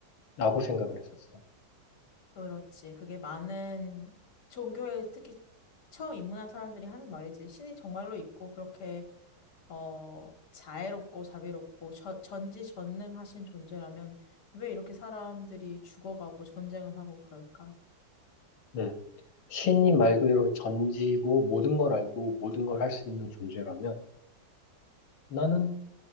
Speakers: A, on the left; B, on the left.
A: 라고 생각을 했었어.
B: 그렇지. 그게 많은 종교에 특히 처음 입문한 사람들이 하는 말이지. 신이 정말로 있고 그렇게 어, 자애롭고 자비롭고 저, 전지전능하신 존재라면 왜 이렇게 사람들이 죽어가고 전쟁을 하고 그럴까?
A: 음, 신이 말 그대로 전지고 모든 걸 알고 모든 걸 할 수 있는 존재라면 나는